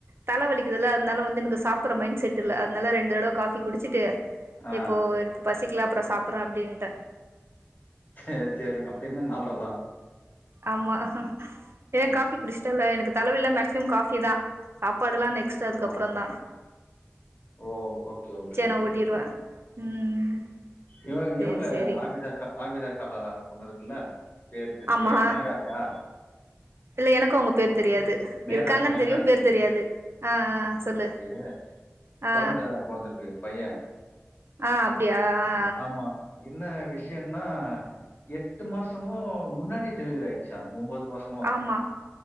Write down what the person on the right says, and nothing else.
தல வலிக்குதுல்ல அத்னால வந்து எனக்கு சாப்பட்ற மைண்ட் செட் இல்ல அத்னால ரெண்டு தடவ காஃபி குடிச்சிட்டு
இப்போ ப்ப பசிக்கல அப்பறோ சாப்பட்றே அப்டின்ட்ட
ஆமா ஏ
காஃபி குடிஸ்ட்டல்ல எனக்கு தலவல்னா மேக்சிமம் காஃபி தா சாப்பாடெல்லா நெக்ஸ்ட்டு அதுக்கப்பறந்தா
நா ஓட்டிருவே
ம்
சேரி
சேரி
ஆமா
இல்ல எனக்கு அவுங்க பேர் தெரியாது
இருக்காங்கன்
தெரியு பேர் தெரியாது ஆ ஆ சொல்லு
ஆ
ஆ அப்டியா ஆ
ஆமா